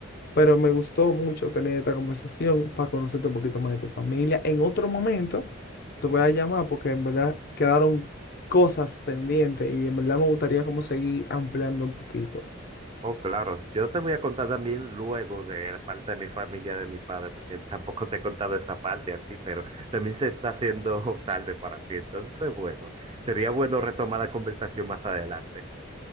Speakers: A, on the left (about 50°); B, on the right (about 30°).
A: pero me gustó mucho tener esta conversación para conocerte un poquito más de tu familia. En otro momento te voy a llamar porque en verdad quedaron cosas pendientes y en verdad me gustaría como seguir ampliando un poquito.
B: Oh, claro. Yo te voy a contar también luego de la parte de mi familia, de mi padre, porque <laughs> tampoco te he contado esa parte a ti, pero también se está haciendo <laughs> tarde para ti. Entonces, bueno, sería bueno retomar la conversación más adelante.